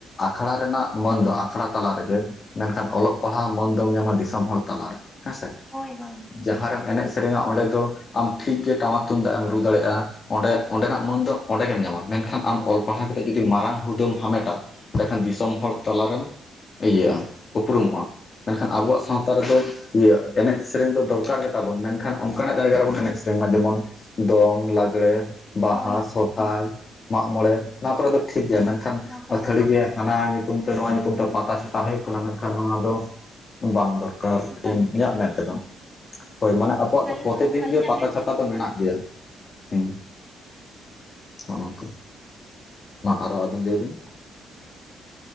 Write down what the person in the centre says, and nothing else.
ᱦᱳᱭ ᱦᱳᱭ᱾
ᱦᱮᱸ
ᱦᱮᱸ
ᱦᱳᱭ ᱦᱳᱭ
ᱱᱚᱣᱟ ᱠᱚᱨᱮ
ᱫᱚ ᱴᱷᱤᱠ
ᱜᱮ ᱵᱟᱝ
ᱴᱷᱤᱠᱟ
ᱟᱹᱞᱤᱧ
ᱦᱚᱸ
ᱟᱹᱞᱤᱧᱟᱜ
ᱢᱮᱱ
ᱛᱮᱦᱚᱸ
ᱚᱱᱠᱟ
ᱜᱮ